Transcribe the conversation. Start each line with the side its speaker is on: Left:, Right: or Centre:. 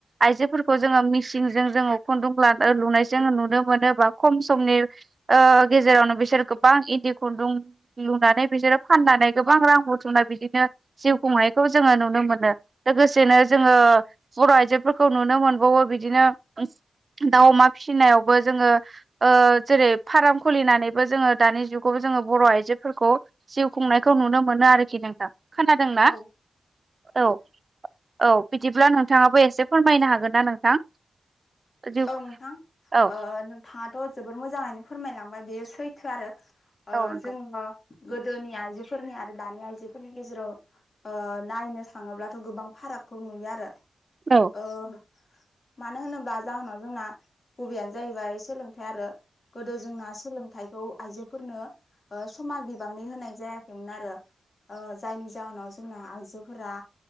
Right: आइजोफोरखौ जोङो मिसिंजों जोङो खुन्दुं ला लुनायजों नुनो मोनो बा खम समनि ओ गेजेरावनो बिसोर गोबां इन्दि खुन्दुं लुनानै बिसोरो फाननानै गोबां रां बुथुमनाय बिदिनो जिउ खुंनायखौ जोङो नुनो मोनो लोगोसेनो जोङो बर' आइजोफोरखौ नुनो मोनबावो बिदिनो दाउ अमा फिसिनायावबो जोङो ओ जेरै फाराम खुलिनानैबो जोङो दानि जुगावबो जोङो बर' आइजोफोरखौ जिउ खुंनायखौ नुनो मोनो आरोखि नोंथां खोनादोंना
Left: औ
Right: औ औ बिदिब्ला नोंथाङाबो एसे फोरमायनो हागोन ना नोंथां जिउ
Left: औ नोंथां
Right: औ
Left: ओ नोंथाङाथ' जोबोर मोजाङैनो फोरमायलांबाय बेयो सैथो आरो
Right: औ नंगौ
Left: जोङो गोदोनि आइजोफोरनि आरो दानि आइजोफोरनि गेजेराव ओ नायनो थाङोब्लाथ' गोबां फारागखौ नुयो आरो
Right: औ
Left: ओ मानो होनोबा जाहोनाव जोंना गुबैयानो जाहैबाय सोलोंथाइ आरो गोदो जोंना सोलोंथाइखौ आइजोफोरनो समान बिबांनि होनाय जाया मोन आरो जायनि जाहोनाव जोंना आइजोफोरा